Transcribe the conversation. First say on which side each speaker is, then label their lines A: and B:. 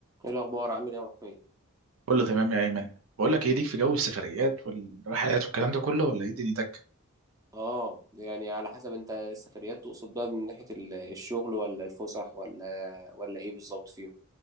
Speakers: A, on the right; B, on the right.
A: ايه الاخبار عامل ايه يا محمود
B: كله تمام يا ايمن بقول لك ايه ليك في جو السفريات والرحلات والكلام ده كله ولا ايه دنيتك
A: اه يعني على حسب انت السفريات تقصد بقى من ناحيه ال- الشغل ولا الفسح ولا ولا ايه بالظبط فيهم